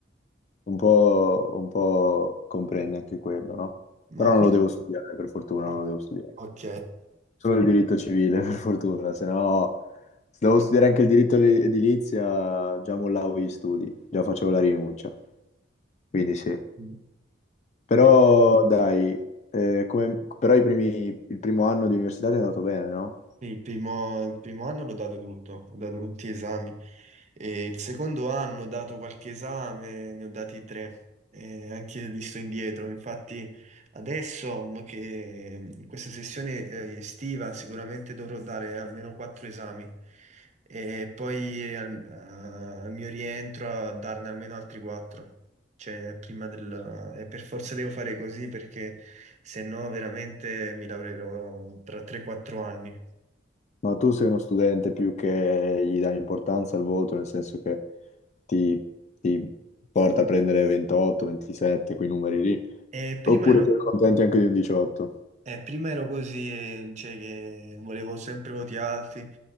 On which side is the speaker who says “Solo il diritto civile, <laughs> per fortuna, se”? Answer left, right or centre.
Left